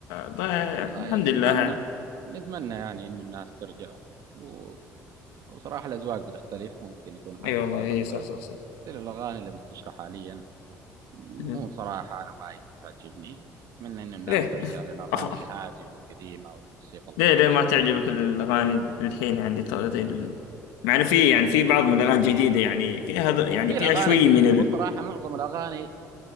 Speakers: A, on the left; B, on the right.
A: ده-
B: والله
A: الحمد
B: نتمنى
A: لله
B: نتمنى يعني إنه الناس ترجع و- وصراحة الأذواق بتختلف ممكن يكون هذا
A: أي والله
B: السبب
A: أي صح
B: بس
A: صح صح
B: still الأغاني اللي منتشرة حاليا مو
A: مم.
B: صراحة أنا وايد تعجبني أتمنى إن الناس
A: ليه
B: ترجع للأغاني
A: أف...
B: الهادية والقديمة والموسيقى اللطيفة
A: ليه ليه ما
B: اللي
A: تعجبك
B: كانت فيه
A: الأغاني الحين يعني طلعت ال- مع إنه في يعني في بعض من الأغاني الجديدة يعني فيها هذا يعني
B: في الأغاني
A: فيها شوي
B: الجديدة
A: من ال
B: بصراحة معظم الأغاني